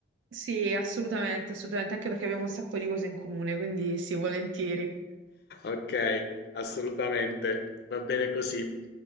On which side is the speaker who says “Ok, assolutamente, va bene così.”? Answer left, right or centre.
Left